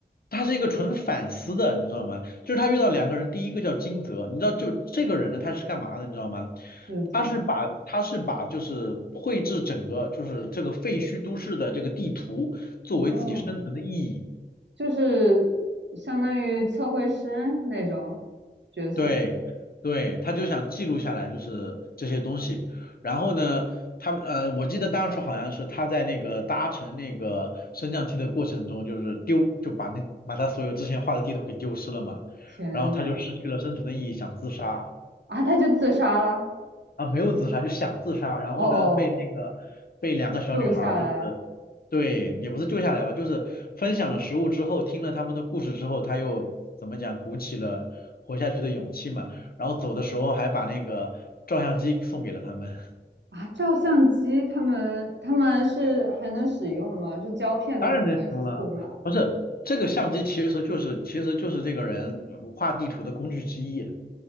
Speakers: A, on the left; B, on the right.
A: 它是一个纯反思的，你知道吗？就是他遇到两个人，第一个叫金泽，你知道就这个人呢，他是干嘛的，你知道吗？
B: 是怎样？
A: 他是把他是把就是绘制整个就是这个废墟都市的这个地图作为自己生存的意义。
B: 哦，就是相当于测绘师那种角色。
A: 对，对，他就想记录下来，就是这些东西。然后呢，他们呃，我记得当时好像是他在那个搭乘那个升降梯的过程中，就是丢，就把那把他所有之前画的地图给丢失了嘛，
B: 天呐，
A: 然后他就失去了生存的意义，想自杀。
B: 啊，他就自杀了。
A: 啊，没有自杀，就想自杀，然后呢，
B: 哦哦，
A: 被那个被两个小女孩儿就是
B: 救下来了。
A: 对，也不是救下来吧，就是分享了食物之后，听了他们的故事之后，他又怎么讲，鼓起了活下去的勇气嘛，然后走的时候还把那个照相机送给了他们，
B: 啊，照相机他们他们是还能使用吗？是胶片的那种还是数码？
A: <laughs> 当然能使用了，不是这个相机其实就是其实就是这个人呃画地图的工具之一，